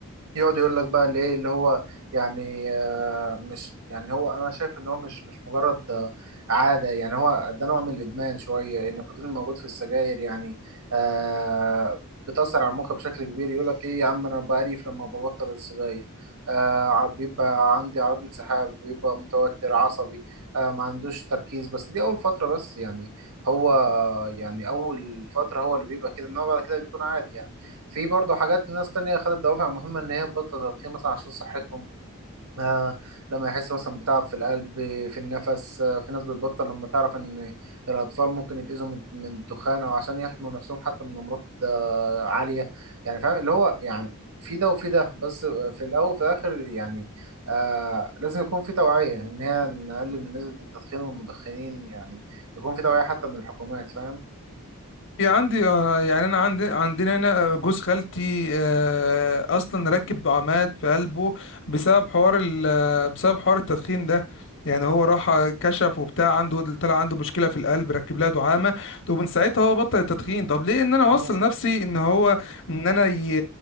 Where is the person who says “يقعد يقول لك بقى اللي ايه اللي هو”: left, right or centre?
Right